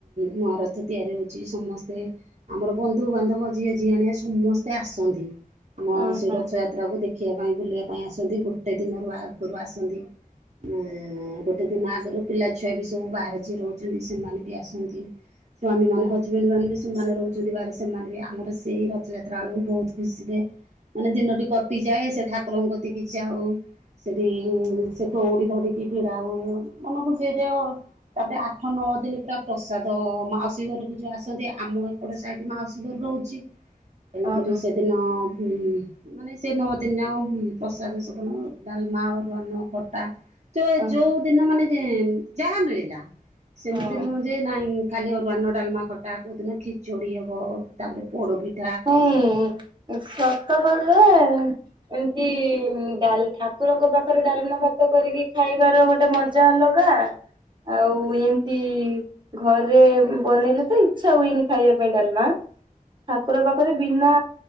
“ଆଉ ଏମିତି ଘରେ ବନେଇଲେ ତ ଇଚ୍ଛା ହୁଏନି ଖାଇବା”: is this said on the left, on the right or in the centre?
Right